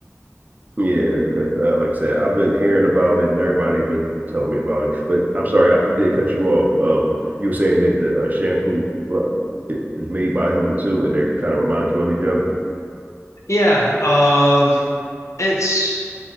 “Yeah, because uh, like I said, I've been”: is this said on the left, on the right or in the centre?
Right